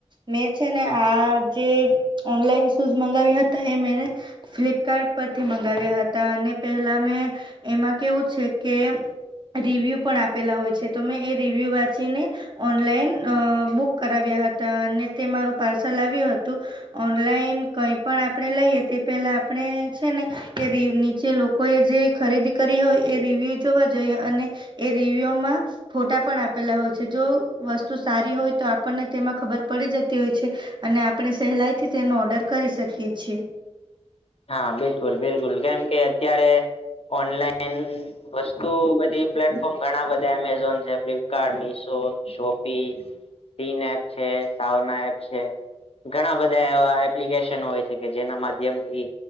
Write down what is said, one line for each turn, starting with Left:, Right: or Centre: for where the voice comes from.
Right: મેં છે ને આ જે ઓનલાઈન શૂઝ મંગાવ્યા હતા એ મેને ફ્લિપકાર્ટ પરથી મંગાવ્યા હતા અને પહેલા મેં એમાં કેવું છે કે રિવ્યૂ પણ આપેલા હોય છે તો મેં એ રિવ્યૂ વાંચીને ઓનલાઈન અ બુક કરાવ્યા હતા અને તે મારું પાર્સલ આવ્યું હતું ઓનલાઈન કઈ પણ આપણેે લઈએ તે પેલા આપણે છે ને નીચે કોઈએ જે ખરીદી કરી હોય એ રિવ્યુ જોવા જોઈએ અને એ રિવ્યુમાં ફોટા પણ આપેલા હોય છે જો વસ્તુ સારી હોય તો આપણને તેમાં ખબર પડી જતી હોય છે અને આપણે સહેલાઈ થી તેનો ઓર્ડર કરી શકીએ છીએ
Left: હા બિલકુલ બિલકુલ કેમ કે અત્યારે ઓનલાઈન વસ્તુ બધી પ્લેટફોર્મ ઘણા બધા એમેઝોન છે ફ્લિપકાર્ટ મિશો શોપી સીન એપ છે સાવના એપ છે ઘણા બધા એવા એપ્લિકેશન હોય છે કે જેના માધ્યમ થી